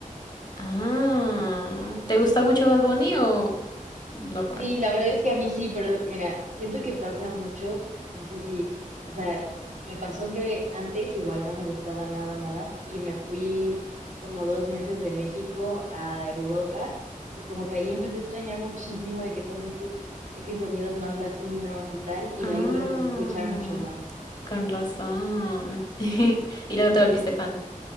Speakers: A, on the left; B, on the right.
A: Ah, ¿te gusta mucho Bad Bunny o normal?
B: Sí, la verdad es que a mí sí, pero mira, siento que pasa mucho, no sé si, o sea, me pasó que antes igual no me gustaba nada, nada, y me fui como dos meses de México a Europa y como que ahí empecé a extrañar muchísimo de que todos estos, de que sonidos más latinos y tal, y
A: Ah,
B: de ahí lo empecé a escuchar mucho más.
A: con razón. <laughs> Y luego te volviste fan.